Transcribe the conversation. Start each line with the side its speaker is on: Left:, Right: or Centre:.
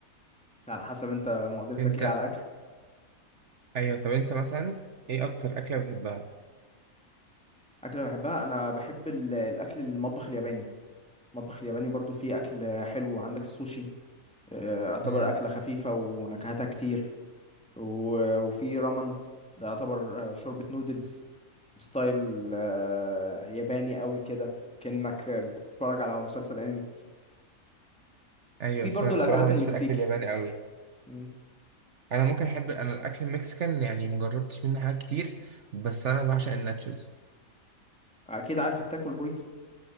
Centre: على حسب انت مقدرتك
Right: انت
Centre: ايه على الاكل
Right: ايوه طب انت مثلا ايه اكتر اكله بتحبها
Centre: اكله بحبها انا بحب ال- الاكل المطبخ الياباني المطبخ الياباني برضو فيه اكل حلو عندك السوشي آه، يعتبر
Right: امم
Centre: اكله خفيفه ونكهتها كتير و- وفي رامن ده يعتبر آه، شوربة نودلز بستايل آه، ياباني قوي كده كأنك بتتفرج على مسلسل انمي
Right: ايوه
Centre: في
Right: بس
Centre: برضو
Right: انا
Centre: الاكلات
Right: بصراحه ماليش
Centre: المكسيكي
Right: في الاكل الياباني قوي
Centre: مم.
Right: انا ممكن احب انا الاكل المكسيكان يعني مجربتش منه حاجات كتير بس انا بعشق الناتشز
Centre: اكيد عارف التاكو البوريتو